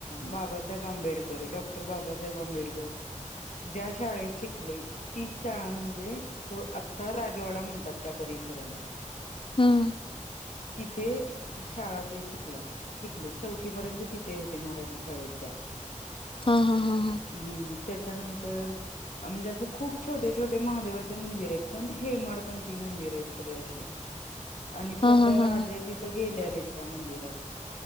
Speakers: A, on the left; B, on the left.
A: बाबासाहेब आंबेडकर डॉक्टर बाबासाहेब आंबेडकर ज्या शाळेत शिकले तीच शाळा म्हणजे हे इथं आत्ता राजवाडा म्हणता त त्या परिसराला
B: हम्म.
A: ते शाळा ते शिकल्यात शिकले चौथी पर्यंत तिथे होते मराठी शाळेत त्या
B: हा हा हा हा
A: हम्म त्याच्यानंतर अ म्हंजे असे खूप छोटे छोटे ते महादेवाचे मंदिर आहेत पण हेमाडपंथी मंदिर आहेत सगळे अशे आणि स्वतः
B: हा हा हा
A: राजे
B: हा.
A: तिथं गेल्यालेत त्या मंदिरात